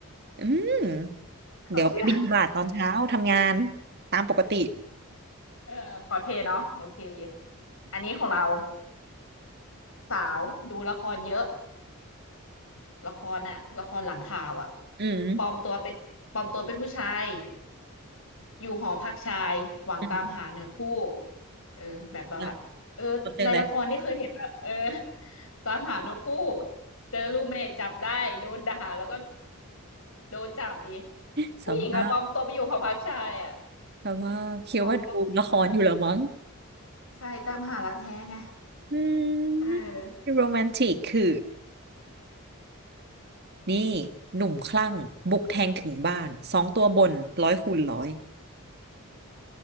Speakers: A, on the right (about 50°); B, on the left (about 65°).
A: อืม
B: เขาเชื่อ
A: เดี๋ยวไปบิณฑบาตตอนเช้าทำงานตามปกติ
B: เออคอสเพลย์เนาะโอเคอันนี้ของเราสาวดูละครเยอะละครอ่ะละครหลังข่าวอ่ะ
A: อืม
B: ปลอมตัวเป็นปลอมตัวเป็นผู้ชาย อยู่หอพักชายหวังตามหาเนื้อคู่
A: อืม
B: เออแบบแบบว่าเออในละครที่เคยเห็นอะเออ
A: เราเราเจอเลย
B: <laughs> ตามหาเนื้อคู่เจอรูเมทจับได้โดนด่าแล้วก็โดนจับดี
A: <laughs>
B: ผู้หญิงอะปลอมตัวไปอยู่หอพักชายอะ
A: สภาพสภาพคิดว่าดูละครอยู่เหรอมั้ง
B: ปลอมตัวเออใช่ตามหารักแท้ไง
A: อื
B: เออ
A: มโรแมนติกคือ นี่หนุ่มคลั่งบุกแทงถึงบ้านสองตัวบนร้อยคูณร้อย